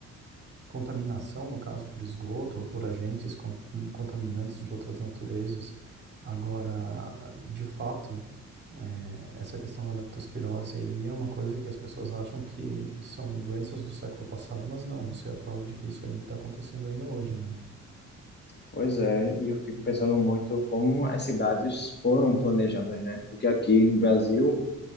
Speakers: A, on the right; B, on the left.
A: contaminação, no caso, por esgoto ou por agentes con- contaminantes de outras naturezas. Agora, de fato, é, essa questão da leptospirose aí é uma coisa que as pessoas acham que são doenças do século passado, mas não, você é a prova de que isso aí está acontecendo ainda hoje, né?
B: Pois é, e eu fico pensando muito como as cidades foram planejadas, né? Porque aqui no Brasil,